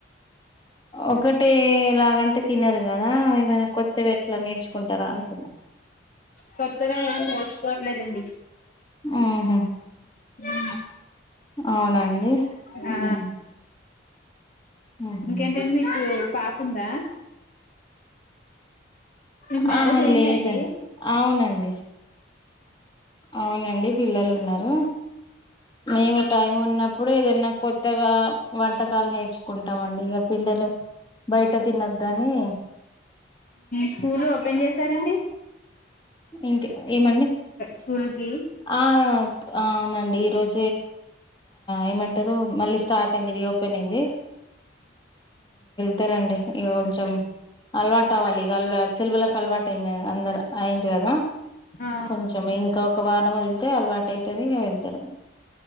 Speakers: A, on the left; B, on the left.
A: ఒకటే లాగంటే తినరు కదా ఏవైనా కొత్తవి ఎట్లా నేర్చుకుంటారా అంటున్నా
B: కొతుదా నోకోడ్లేదం
A: ఆహ
B: ఆ
A: అవునండి
B: ఆ
A: హ్మ్. హుహు.
B: ఇంకేంటండి మీకు పాప ఉందా మీకు మ్యారేజ్
A: ఆహా
B: అయిందండి
A: లేద అవునండి అవునండి పిల్లలు ఉన్నారు మేము టైం ఉన్నప్పుడు ఏదన్నా కొత్తగా వంటకాలు నేర్చుకుంటామ అండి ఇక పిల్లలు బయట తినద్దని
B: స్కూల్ ఓపెన్ చేసారంండి
A: ఇంక ఏమండి
B: స్కూల్ కి
A: ఆ అవునండి ఈరోజు ఏమ మళ్ళీ స్టార్ట్ అయింది రిపెన్ అయింది తారంండి ఇక కొంచెం అలవాటు అవ్వాలి ఇక అల్వా సిల్వులకు అలవాటు అంద ఐండలదా
B: ఆ
A: కొంచెం ఇంకా ఒక వారం వెళతే అలవాటు అైతుంది ఇక వెళ్తారు